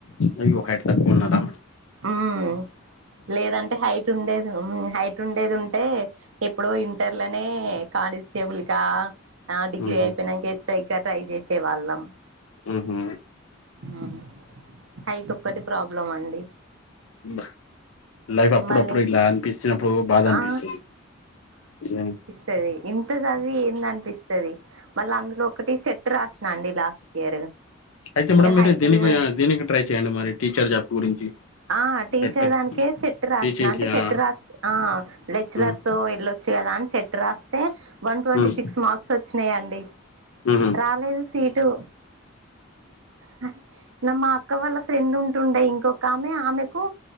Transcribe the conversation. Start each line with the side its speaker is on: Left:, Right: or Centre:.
Left: అయ్యో హైట్ తక్కువ ఉన్నారా
Right: ఊమ్ లేదంటే హైట్ ఉండేదూ హైట్ ఉండేది ఉంటే ఎప్పుడో ఇంటర్లనే కానిస్టేబుల్ గా ఆ డిగ్రీ
Left: ఊహు
Right: అయిపోయినంక ఎస్ ఐ కే ట్రై జేసేవాళ్ళం
Left: ఊహు
Right: ఉహు హైట్ ఒక్కటి ప్రాబ్లం అండి
Left: ఉంబ లైఫ్ అప్పుడప్పుడు
Right: మళ్ళీ
Left: ఇట్లా అనిపిచినప్పుడు బాధ అనిపిస్తది
Right: ఆ
Left: జం
Right: తది ఇంత జదివి ఏంది అనిపిస్తది మళ్ళ అందులో ఒకటి సెట్ రాసిన అండి లాస్ట్ ఇయర్
Left: అయితే
Right: ఇంకా
Left: మేడమ్ మీరు
Right: హైట్ది
Left: దీనికి
Right: పోయింది
Left: దీనికి ట్రై చేయండి మరి టీచర్ జాబ్ గురించి
Right: ఆ టీచర్
Left: సెట్
Right: దానికే సెట్టు రాసిన
Left: టీచింగ్
Right: అంటే
Left: కి
Right: సెట్టు
Left: ఆ
Right: రాస్ ఆ లెచ్చలర్తో
Left: ఉమ్
Right: ఎల్లొ చ్చు గదా అన్ సెట్ రాస్తే వన్ ట్వంటీ
Left: ఉమ్
Right: సిక్స్ మార్క్స్ ఒచ్చినయండి
Left: ఉహు
Right: రాలేదు సీటు హు నా మాక్ అక్క వాళ్ళ ఫ్రెండ్ ఉంటుండె ఇంకొక ఆమె ఆమెకు